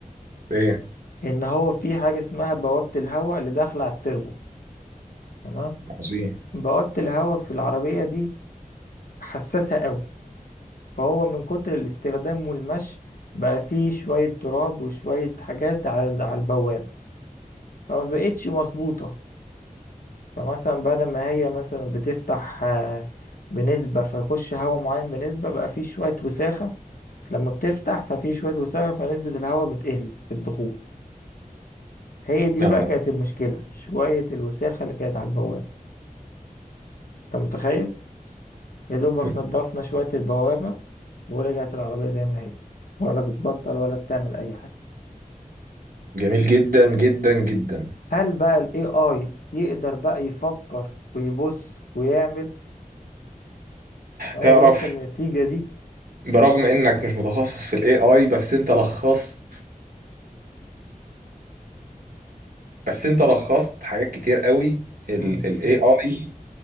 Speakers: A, on the right; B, on the left.
A: ايه
B: ان هو في حاجة اسمها بوابة الهواء اللي داخلة على التربو تمام
A: عظيم
B: بوابة الهواء في العربية دي حساسة قوي فهو من كتر الاستخدام والمشي بقى فيه شوية تراب وشوية حاجات على على البوابة فما بقتش مظبوطة فمثلا بدل ما هي مثلا بتفتح آه، بنسبة فيخش هواء معين بنسبة بقى فيه شوية وساخة لما بتفتح ففي شوية وساخة فنسبة الهواء بتقل في الدخول هي دي
A: يا
B: بقى
A: نهار
B: كانت المشكلة شوية الوساخة اللي كانت على البوابة انت متخيل يا دوبك
A: أبيض.
B: نضفنا شوية البوابة ورجعت العربية زي ما هي ولا بتبطل ولا بتعمل أي حاجة
A: <laughs> جميل جدا جدا جدا
B: هل بقى ال AI يقدر بقى يفكر ويبص ويعمل إن هو
A: تعرف
B: يوصل للنتيجة دي؟
A: برغم انك مش متخصص في الاي اي بس انت لخصت بس انت لخصت حاجات كتير قوي الاي
B: مم.
A: اي